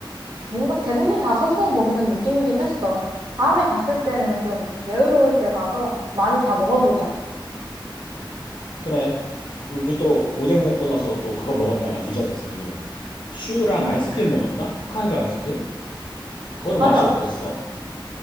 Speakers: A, on the right; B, on the left.
A: 뭔가 대부분 다 서서 먹는 느낌이긴 했어. 다음에 갔을 때는 좀 여유로울 때 가서 많이 다 먹어보자.
B: 그래. 우리 또 오뎅 먹고 나서 또 그거 먹었잖아. 디저트. 슈랑
A: 응,
B: 아이스크림 먹었나? 홋카이도 아이스크림? 그거는
A: 맞아.
B: 맛이 어땠어?